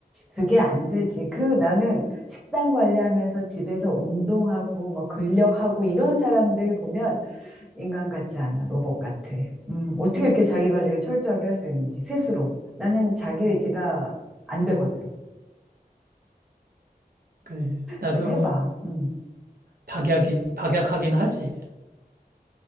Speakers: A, in the centre; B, on the right (about 65°).
A: 그게 안 되지. 그 나는 식단 관리하면서 집에서 운동하고 뭐 근력하고 이런 사람들 보면 인간 같지 않아. 로봇 같아. 음, 어떻게 이렇게 자기 관리를 철저하게 할 수 있는지 스스로. 나는 자기 의지가 안 되거든.
B: 그래. 나도
A: 좀 해봐. 음,
B: 박약이, 박약하긴 하지.